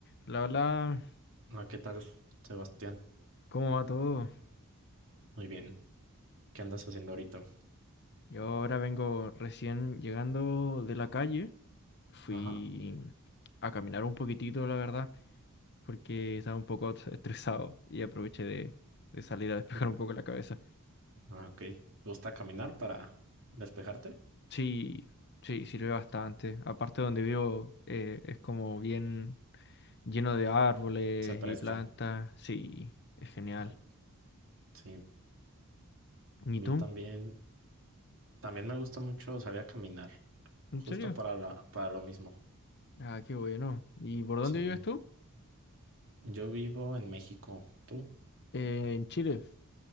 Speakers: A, on the left (about 50°); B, on the right (about 60°).
A: Hola, hola,
B: Ah, ¿qué tal, Sebastián?
A: ¿cómo va todo?
B: Muy bien. ¿Qué andas haciendo ahorita?
A: Yo ahora vengo recién llegando de la calle. Fui
B: Ajá.
A: a caminar un poquitito, la verdad, porque estaba un poco <laughs> est- estresado y aproveché de, de salir a despejar
B: Mm,
A: un poco la cabeza.
B: Ah, ok. ¿Te gusta caminar para despejarte?
A: Sí, sí, sirve bastante. Aparte donde vivo eh, es como bien lleno de árboles
B: Se presta.
A: y plantas. Sí, es genial.
B: Ay, sí.
A: ¿Y
B: A mí
A: tú?
B: también. También me gusta mucho salir a caminar.
A: ¿En
B: Justo
A: serio?
B: para la, para lo mismo.
A: Ah, qué bueno. ¿Y por dónde
B: Sí.
A: vives tú?
B: Yo vivo en México. ¿Tú?
A: Eh, en Chile.